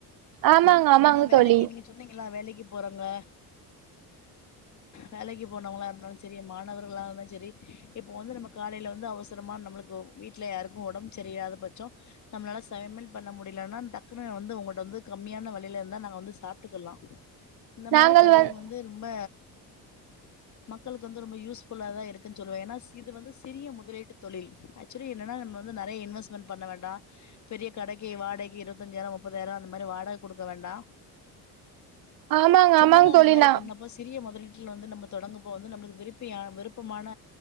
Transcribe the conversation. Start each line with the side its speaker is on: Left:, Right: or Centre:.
Right: ஆமாங்க ஆமாங்க
Left: ஏன்னா வேலைக்கு
Right: தோழி
Left: நீங்க சொன்னீங்களா வேலைக்கு போறாங்க வேலைக்கு போனவங்களா இருந்தாலும் சரி மாணவர்களா இருந்தும் சரி இப்ப வந்து நம்ம காலையில வந்து அவசரமா நம்மளுக்கு வீட்டுல யாருக்கும் உடம்பு சரியாத பட்சம் நம்மளால சமையல் பண்ண முடியலனா வ நம்மட்ட வந்து கம்மியான வெலயில இருந்தா நாங்க வந்து சாப்பிட்டுக்கலாம் இந்த
Right: நாங்கள்
Left: மாரி கடைகள்
Right: வந்
Left: வந்து ரொம்ப மக்களுக்கு வந்து ரொம்ப யூஸ் புல்லா தான் இருக்குன்னு சொல்லுவேன் ஏன்னா இது வந்து சிறிய முதலீட்டு தொழில் ஆக்சுவலி என்னன்னா நம்ம வந்து நெறய இன்வெஸ்ட்மெண்ட் பண்ண வேண்டாம் பெரிய கடைக்கு வாடகை இருபத்தஞ்சாயிரம் மு முப்பதாயிரம் அந்த மாரி வாடகை குடுக்க வேண்டாம்
Right: ஆமாங்க
Left: சின்னதான்
Right: ஆமாங்க
Left: இந்த
Right: தோழி
Left: மாரி
Right: நா
Left: பண்ணப்போ சிறிய முத லீட்ல வந்து நம்ம தொடங்க போது நம்மளுக்கு விருப்பி விருப்பமான